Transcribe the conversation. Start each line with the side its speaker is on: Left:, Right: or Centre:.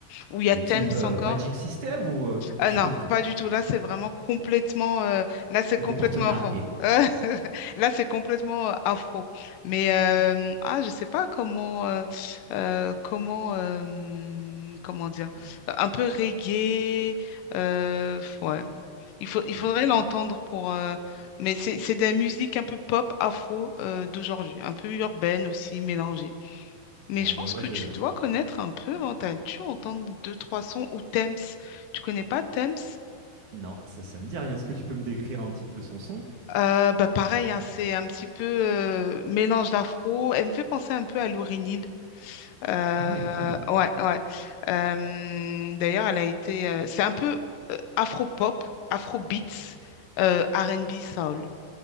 Left: où il y a
Right: Du
Left: Thames
Right: type euh,
Left: encore.
Right: Magic System ou euh, quelque
Left: Euh,
Right: <laughs> chose
Left: non, pas du tout. Là, c'est vraiment complètement. euh, là, c'est
Right: C'était
Left: complètement
Right: pour te narguer.
Left: enfant. Euh, <laughs> Là, c'est complètement euh, afro. Mais euh, ah, je sais pas comment, euh, euh, comment, euh, comment dire,
Right: Ouais,
Left: euh, un peu reggae. euh, ouais. Il faut, il
Right: ouais.
Left: faudrait l'entendre pour. euh, mais c'est, c'est de la musique un peu pop afro euh, d'aujourd'hui, un peu urbaine aussi, mélangée.
Right: Bon,
Left: Mais je
Right: moi,
Left: pense
Right: moi,
Left: que
Right: je.
Left: tu dois connaître un peu, hein, tu as dû entendre deux, trois sons ou Thames. Tu connais pas Thames?
Right: Non, ça, ça me dit rien. Est-ce que tu peux me décrire un petit peu son son?
Left: Euh, bah pareil, hein, c'est un petit peu euh, mélange d'afro. Elle me fait penser un peu à Lauryn Hill. Euh,
Right: Ah ouais, quand même.
Left: ouais, ouais. Euh, d'ailleurs, elle a été. euh, c'est un peu euh, afro-pop, afro-beats,
Right: Ouais,
Left: euh, R&B soul.